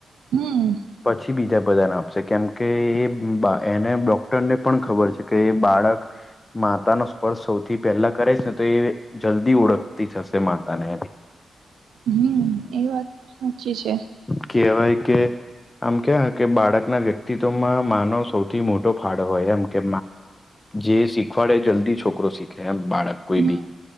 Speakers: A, on the right; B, on the left.
A: હમ્મ
B: પછી બીજા બધા ના આપશે કેમ કે એ એને ડોક્ટરને પણ ખબર છે કે એ બાળક માતા નો સ્પર્શ સૌથી પહેલા કરે છે ને તો એ જલ્દી ઓળખતી થશે માતા ને
A: હમ્મ એ વાત સાચી છે
B: કહેવાય કે આમ કે કે બાળક ના વ્યક્તિ વ્યમાં માનો સૌથી મોટો ફાળો હોય એમ કે જે શીખવાડે જલ્દી છોકરો શીખ કેમ બાળક
A: હમ
B: કોઈ બી